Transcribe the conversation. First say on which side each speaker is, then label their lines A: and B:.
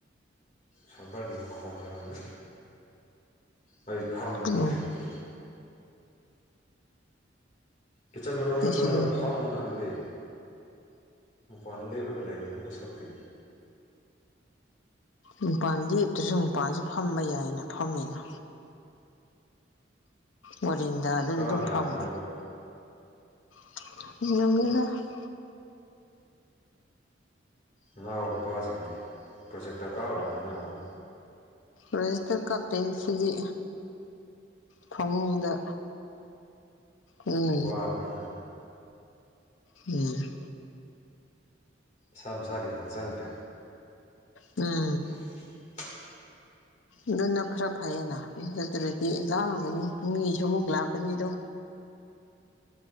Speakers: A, on the left; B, on the left.
A: ꯁꯥꯏꯕꯔꯒꯤ ꯃꯈꯣꯟ ꯑꯣꯏꯔꯝꯃꯤ ꯍꯥꯏꯗꯤ ꯐꯝꯂꯒ
B: ꯎꯝ
A: ꯂꯩꯕꯗꯨ ꯀꯤꯠꯆꯟ ꯃꯅꯨꯡꯗ
B: ꯑꯩꯁꯨ
A: ꯆꯪꯂꯒ
B: ꯑꯗꯨꯝ
A: ꯐꯥꯝꯃꯨꯅ ꯑꯗꯨꯗꯤ ꯃꯄꯥꯟꯗ ꯂꯦꯞꯂꯒ ꯂꯩꯔꯕ ꯁꯛꯇꯤ
B: ꯃꯄꯥꯟ ꯂꯦꯞꯇ꯭ꯔꯁꯨ ꯃꯄꯥꯜꯁꯨ ꯐꯝꯕ ꯌꯥꯏꯅ ꯐꯝꯃꯦꯅ ꯃꯔꯤꯟꯗ ꯑꯗꯨꯅ
A: ꯀꯥꯡ
B: ꯑꯗꯨꯝ
A: ꯌꯥꯝꯗ꯭ꯔꯕ
B: ꯐꯝꯕ <inaudible>
A: ꯅꯉꯥ ꯑꯣꯏ ꯅꯨꯄꯥꯁꯤꯡꯗꯤ ꯄ꯭ꯔꯣꯖꯦꯛ ꯗꯔꯀꯥꯔ ꯑꯣꯏꯠꯂꯅꯤꯅ ꯑꯃꯨꯛ
B: ꯔꯦꯖꯤꯁꯇꯔ ꯀꯥꯔ ꯇꯦꯡꯁꯤꯒꯤ ꯐꯃꯨꯡꯗ ꯎꯝ
A: ꯋꯥꯕꯅꯤꯅ
B: ꯎꯝ
A: ꯁꯥ ꯑꯃ ꯁꯥꯒꯤꯔꯣꯅ ꯆꯪꯈ꯭ꯔꯦ
B: ꯎꯝ
A: <inaudible>
B: ꯑꯗꯨꯅ ꯈꯔ ꯐꯩꯌꯦꯅ ꯑꯗꯨ ꯑꯗꯨꯗꯨꯗꯤ ꯂꯥꯛꯑꯒꯅꯤ ꯃꯤꯁꯨ ꯑꯃꯨꯛ ꯂꯥꯛꯀꯅꯤꯗꯣ